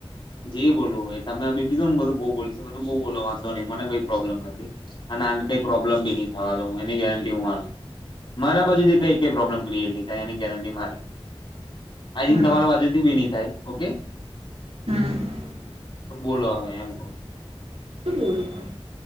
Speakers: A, on the left; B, on the right.
A: જે બોલવુ હોય તમે કીધું ને બધું બહુ બોલીશ બધ બુ બોલો વાંધો નહીં મને કઈ પ્રોબ્લેમ નથી. અને આ કઈ પ્રોબ્લમ બી નહી થવા દ હું એની ગેરંટી હું આલુ. મારા બાજુથી કઈ કઈ પ્રોબ્લેમ ક્રિએટ નય થાય એની ગેરટી મારી. આઈ
B: હા
A: થિક તમારા બાજુથી બી નય થાય ઓકે.
B: હમ્મ
A: તો બોલો હ એમ કહુ છુ
B: શુ બોલુ પણ